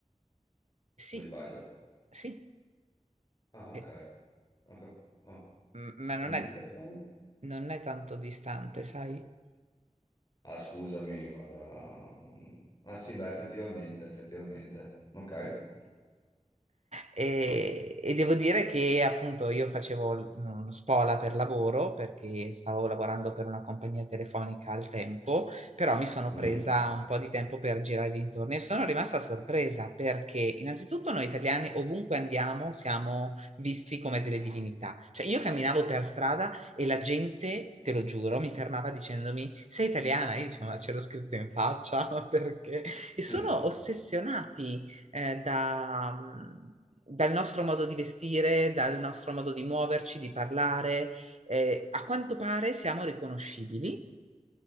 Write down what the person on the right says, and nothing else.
Sì,
sì.
Eh,
m- ma non
è, non è tanto distante, sai?
E, e devo dire che appunto io facevo l- uno spola per lavoro perché stavo lavorando per una compagnia telefonica al tempo, però mi sono
presa un po' di tempo per girare dintorni e sono rimasta sorpresa perché innanzitutto noi italiani ovunque andiamo siamo visti come delle divinità. Cioè io camminavo per strada e la gente, te lo giuro, mi fermava dicendomi sei italiana? Io dicevo ma ce l'ho scritto in faccia <laughs> perché? E sono
ossessionati eh, da, mh, dal nostro modo di vestire, dal nostro modo di muoverci, di parlare. Eh, a quanto pare siamo riconoscibili